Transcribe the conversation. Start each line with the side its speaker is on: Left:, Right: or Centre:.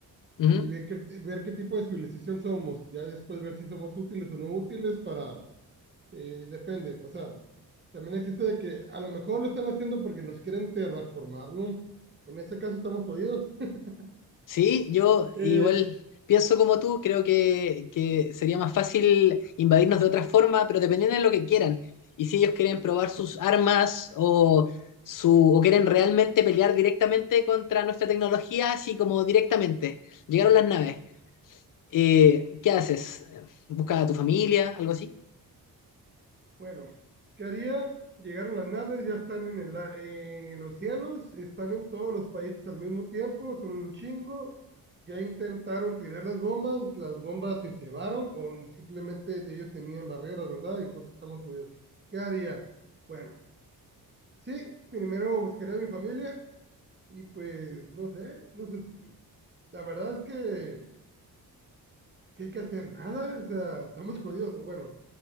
Left: ujú.
Right: y ver qué, ver qué tipo de civilización somos. Ya después ver si somos útiles o no útiles para, eh, depende. O sea, también existe de que a lo mejor lo están haciendo porque nos quieren terraformar, ¿no? En este caso estamos jodidos. <laughs>
Left: Sí, yo
Right: Eh,
Left: igual pienso como tú, creo que, que sería más fácil invadirnos de otra forma, pero dependiendo de lo que quieran. Y si ellos quieren probar sus armas o, su, o quieren realmente pelear directamente contra nuestra tecnología, así como directamente. Llegaron las naves. eh, ¿qué haces? ¿Buscas a tu familia? ¿Algo así?
Right: Bueno, ¿qué haría? Llegaron las naves, ya están en el a- en los cielos, están en todos los países al mismo tiempo, son un chingo. Ya intentaron tirar las bombas, las bombas se cebaron o simplemente ellos tenían barreras, ¿verdad? Entonces estamos jodidos. ¿Qué haría? Bueno, sí, primero buscaría a mi familia y pues no sé, no sé, la verdad es que, que hay que hacer nada, o sea, estamos jodidos. Bueno,